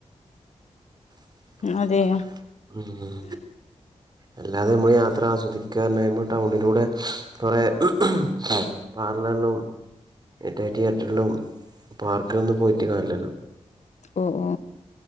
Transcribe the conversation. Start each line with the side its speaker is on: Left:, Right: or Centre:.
Right: <unintelligible>
Left: അതെയോ
Right: ഉം അല്ലാതെ നമ്മള് യാത്ര ആസ്വദിക്കുകന്ന്റഞ്ഞകയുമ്പോ ടൗണിലൂടെ കുറെ ഉം പാർലർലും മറ്റേ തീയറ്ററിലും പാർക്കിലൊന്നും പോയിട്ട് കാര്യല്ലല്ലോ
Left: ഓ ഓ